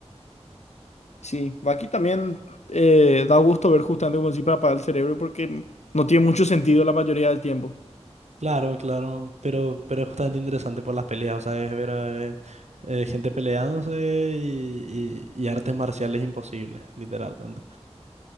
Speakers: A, on the left; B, on the right.
A: Sí, aquí también eh, da gusto ver justamente como decís para apagar el cerebro porque no tiene mucho sentido la mayoría del tiempo.
B: Claro, claro, pero, pero es justamente interesante por las peleas, o sea, es ver a eh, eh, gente peleándose y, y- y artes marciales imposibles, literalmente.